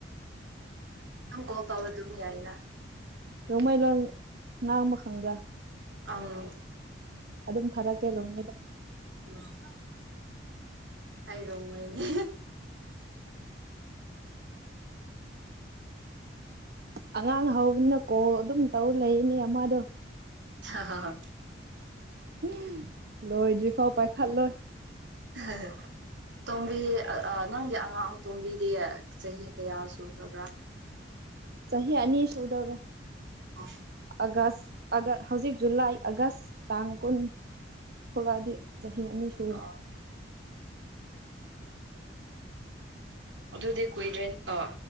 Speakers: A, on the right; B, on the right.
A: ꯅꯝ ꯀꯣꯜ ꯇꯧꯔ ꯑꯗꯨꯝ ꯌꯥꯏꯅ
B: ꯔꯣꯡꯃꯩ ꯂꯣꯟ ꯉꯥꯡꯕ ꯈꯪꯕ꯭ꯔꯥ
A: ꯑꯥ
B: ꯑꯗꯨꯝ ꯊꯥꯔꯛꯀꯦ ꯔꯣꯡꯃꯩꯗ
A: ꯎꯝ ꯑꯩ ꯔꯣꯡꯃꯩꯅꯦ
B: ꯑꯉꯥꯡ ꯍꯧꯕꯅꯤꯅ ꯀꯣꯜ ꯑꯗꯨꯝ ꯇꯧ ꯂꯩꯅꯦ ꯑꯃꯗꯣ
A: <unintelligible>
B: <unintelligible> ꯂꯣꯏꯗ꯭ꯔꯤꯐꯥꯎ ꯄꯥꯏꯈꯠꯂꯣꯏ
A: <unintelligible> ꯇꯣꯝꯕꯤ ꯑ ꯅꯪꯒꯤ ꯑꯉꯥꯡ ꯑꯇꯣꯝꯕꯤꯗꯤ ꯆꯍꯤ ꯀꯌꯥ ꯁꯨꯈ꯭ꯔꯕ꯭ꯔꯥ
B: ꯆꯍꯤ ꯑꯅꯤ ꯁꯨꯗꯧꯔꯦ
A: ꯑꯣ
B: ꯑꯒꯁ ꯑꯒ ꯍꯧꯖꯤꯛ ꯖꯨꯂꯥꯏ ꯑꯥꯒꯁ ꯇꯥꯡ ꯀꯨꯟ ꯊꯣꯛꯂꯛꯑꯗꯤ ꯆꯍꯤ ꯑꯅꯤ ꯁꯨ
A: ꯑꯣ ꯑꯗꯨꯗꯤ ꯀꯨꯏꯗ꯭ꯔꯦ ꯑꯥ